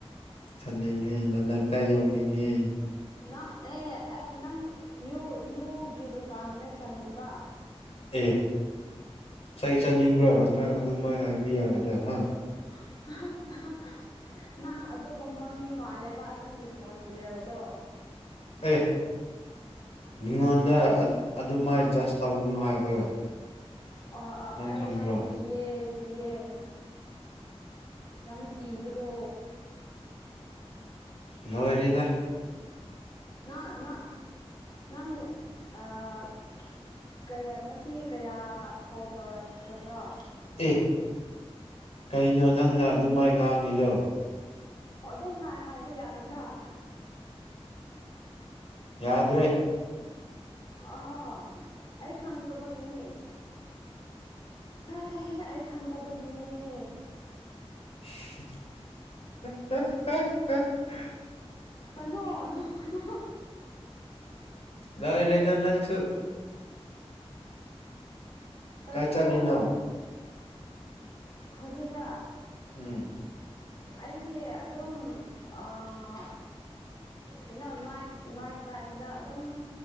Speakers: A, on the left; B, on the left.
A: ꯆꯟꯅꯤꯡꯉꯦ ꯅꯅꯥꯛꯇ ꯌꯧꯅꯤꯡꯉꯦ
B: ꯅꯪ ꯑꯦ ꯑꯩ ꯅꯪ ꯌꯨꯒꯤ ꯗꯨꯀꯥꯟꯗ ꯆꯥꯠꯅꯤꯡꯕ꯭ꯔ
A: ꯑꯦ ꯆꯩ ꯆꯥꯅꯤꯡꯕ꯭ꯔꫭ ꯅꯪ ꯑꯗꯨꯃꯥꯏꯅ ꯍꯥꯏꯕ ꯌꯥꯒꯗ꯭ꯔ ꯍꯥ
B: <unintelligible> <unintelligible> ꯅꯪ ꯑꯗꯨꯒꯨꯝꯕ ꯃꯤ ꯃꯥꯜꯂꯦꯕ ꯅꯪꯒꯤ ꯈꫭꯟꯖꯦꯜꯗꯣ
A: ꯑꯦ ꯃꯤꯉꯣꯟꯗ ꯑꯗꯨꯃꯥꯏ ꯖꯁ ꯇꯧꯒꯅꯨ ꯍꯥꯏꯕ
B: <unintelligible>
A: ꯅꯪ
B: ꯑꯩ
A: ꯈꯪꯕ꯭ꯔꯣ
B: ꯌꯥꯝ ꯀꯤꯌꯦ ꯀꯤꯌꯦ ꯌꯥꯝ ꯀꯤꯕꯗꯣ
A: ꯂꯣꯏꯔꯤꯗ
B: ꯅꯥ ꯅꯥ ꯅꯪ ꯑꯥ ꯀꯌꯥ ꯉꯁꯤ ꯀꯌꯥ ꯀꯣꯜ ꯇꯧꯔꯛꯈ꯭ꯔꯕ꯭ꯔꯣ
A: ꯑꯦ ꯀꯩꯅꯣ ꯅꯪꯅ ꯑꯗꯨꯃꯥꯏ ꯉꯥꯡꯉꯤꯗꯣ
B: ꯑꯣ ꯑꯗꯨꯝ ꯍꯥꯏ ꯍꯥꯏꯕ ꯌꯥꯗꯕ꯭ꯔꯥ
A: ꯌꯥꯗ꯭ꯔꯦ
B: ꯑꯥ ꯑꯩ ꯈꯪꯇꯕꯒꯤꯅꯤ ꯍꯦꯏ ꯑꯩ ꯈꯪꯇꯕꯒꯤꯅꯦ
A: <unintelligible> <unintelligible>
B: ꯀꯩꯅꯣ ꯅꯣꯛꯀꯅꯣ
A: ꯂꯣꯏꯔꯦꯗ ꯅꯪꯁꯨ
B: <inaudible> ꯀꯔꯤꯅꯣ
A: ꯀꯥꯏ ꯆꯠꯂꯤꯅꯣ
B: ꯍꯧꯖꯤꯛꯔ
A: ꯎꯝ
B: ꯑꯩꯗꯤ ꯑꯗꯨꯝ ꯑꯥ ꯀꯩꯅꯣ ꯅꯥꯏꯠ ꯅꯥꯏꯠ ꯇꯥꯏꯝꯗ ꯑꯗꯨꯝ